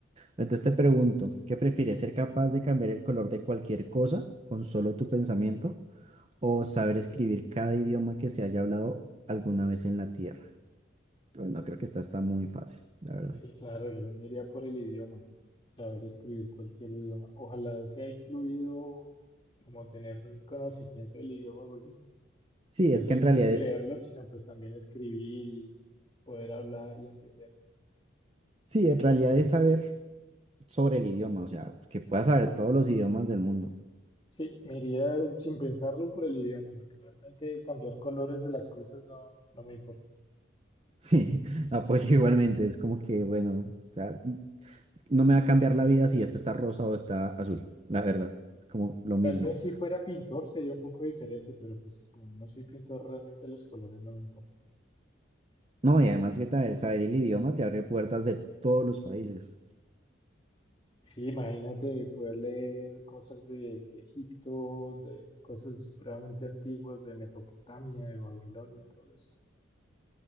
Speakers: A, on the right; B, on the left.
A: Entonces te pregunto, ¿qué prefieres? ¿Ser capaz de cambiar el color de cualquier cosa con solo tu pensamiento? o saber escribir cada idioma que se haya hablado alguna vez en la Tierra. Pues no creo que esta está muy fácil, la verdad.
B: Sí, claro, yo me iría por el idioma, saber escribir cualquier idioma. Ojalá sea incluido como tener conocimiento del idioma, porque
A: Sí,
B: no
A: es
B: solamente
A: que en realidad es,
B: leerlo, sino pues también escribir y poder hablar y entender.
A: sí, en realidad
B: Entonces,
A: es saber sobre el idioma, o sea, que puedas saber todos los idiomas del mundo.
B: sí, me iría sin pensarlo por el idioma, porque realmente cambiar colores de las cosas no, no me importa.
A: Sí, <laughs> apoyo igualmente, es como que, bueno, o sea, no me va a cambiar la vida si esto está rosa o está azul, la verdad, es como lo
B: Tal
A: mismo.
B: vez si fuera pintor sería un poco diferente, pero pues como no soy pintor, realmente los colores no me importan.
A: No, y además que saber, saber el idioma te abre puertas de todos los países.
B: Sí, imagínate poder leer cosas de, de Egipto, de cosas supremamente antiguas, de Mesopotamia, de Babilonia, todo esto.